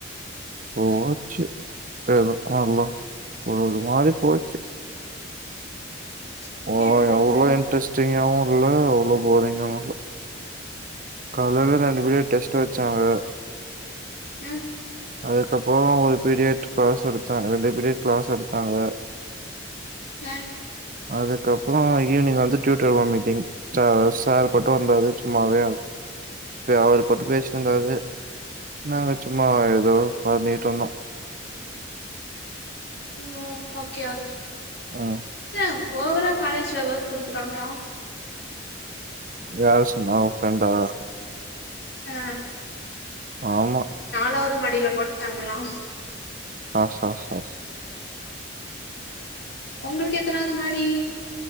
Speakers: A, on the right (about 45°); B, on the left (about 60°).
A: போச்சு ஏதோ நல்லா ஒரு ஒரு மாரி போச்சு
B: <unintelligible>
A: ஓ அவ்ளோ இன்ட்ரெஸ்டிங்காவு இல்ல அவ்ளோ போரிங்காவு இல்ல காலைல ரெண்டு பீரியட் டெஸ்ட்டு வச்சாங்க
B: <unintelligible>
A: அதுக்கப்புறோ ஒரு பீரியட் க்ளாஸ் எடுத்தா ரெண்டு பீரியட் கிளாஸ் எடுத்தாங்க
B: ம்
A: அதுக்கப்புறொ ஈவ்னிங் வந்து டியூட்டர் வா மீட்டிங் சா சார் பட்டு வந்தாரு சும்மாவே வே அவரு போட்டு பேசிட்ருந்தாரு நாங்க சும்மா ஏதோ பண்ணிட்ருந்தோ
B: என்னா ஓகே ஓகே
A: ம்
B: <unintelligible> ஓவரா காலேஜ்ல ஒர்க் குடுக்கு றாங்ளா
A: யாரு சொன்னா ஒ ஃப்ரெண்டா
B: ஆ
A: ஆமா
B: நாலாவது மாடில போட்டாங்களா?
A: ஆ ஹ ஹ ஹ
B: உங்களுக்கு எத்தனாவ்து மாடி <inaudible>